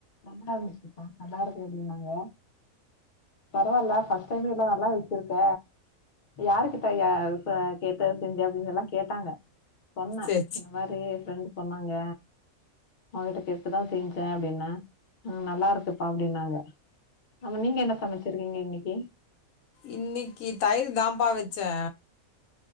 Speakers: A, on the left; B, on the left.
A: நல்லாருந்ச்சி கா நல்லா இருக்கு அப்டினாங்க பரவால்ல ஃபஸ்ட் டைமே எல்லா நல்லா வெச்சிருக்க யாரு கிட்டயா கேட்ட செஞ்ச அப்டின் எல்லா கேட்டாங்க சொன்னே
B: சேரி சே
A: இந்த மாரி ஃப்ரெண்டு் பண்ணாங்க அவுங்ககிட்ட இப்பதா செஞ்சே அப்டின்ன ம் நல்லா இருக்குப்பா அப்டினாங்க ஆமா நீங்க என்ன சமச்சிருக்கீங்க இன்னைக்கி பேன்
B: இன்னைக்கி தயிர் தாப்பா வச்சே